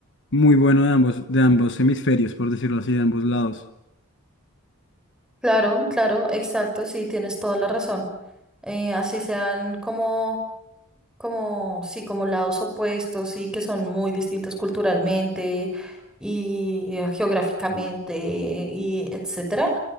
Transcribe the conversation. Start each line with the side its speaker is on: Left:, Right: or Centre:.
Left: muy bueno de ambos, de ambos hemisferios, por decirlo así, de ambos lados.
Centre: claro, claro, exacto, sí, tienes toda la razón. Eh, así sean como como, sí, como lados opuestos y que son muy distintos culturalmente y eh, geográficamente y etcétera.